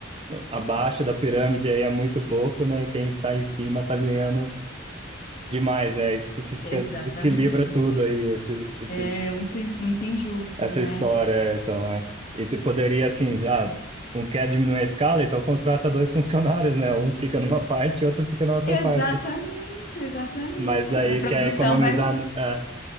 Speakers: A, on the right (about 30°); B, on the left (about 45°).
A: no- abaixo da pirâmide aí é muito pouco, né? E quem tá em cima tá ganhando demais, né? Isso que, que fica,
B: Exatamente.
A: equilibra tudo aí, esse, esse,
B: É muito, muito injusto,
A: essa
B: né?
A: história. é, Então, é. E tu poderia, assim, ah, um quer diminuir a escala, então contrata dois <laughs> funcionários, né? Um fica numa parte e outro fica na outra
B: Exatamente,
A: parte.
B: exatamente.
A: Mas daí
B: A produção
A: quer economizar,
B: vai.
A: na- é,